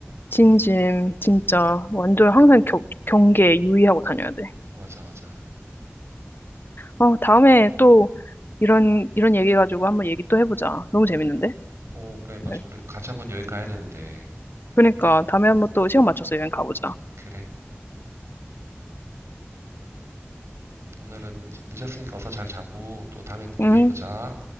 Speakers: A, on the left (about 55°); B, on the right (about 85°).
A: 진심 진짜
B: 음,
A: 완전 항상 겨, 경계에 유의하고 다녀야 돼.
B: 맞아, 맞아.
A: 어 다음에 또 이런 이런 얘기 가지고 한번 얘기 또 해보자. 너무
B: 그래.
A: 재밌는데?
B: 오, 그래, 맞아.
A: 그래.
B: 우리 같이 한번 여행 가야 되는데.
A: 그러니까 다음에 한번 또 시간 맞춰서 여행 가보자.
B: 그래. 오늘은 늦었으니까 어서 잘 자고 또 다음에 얘기해보자.
A: 응.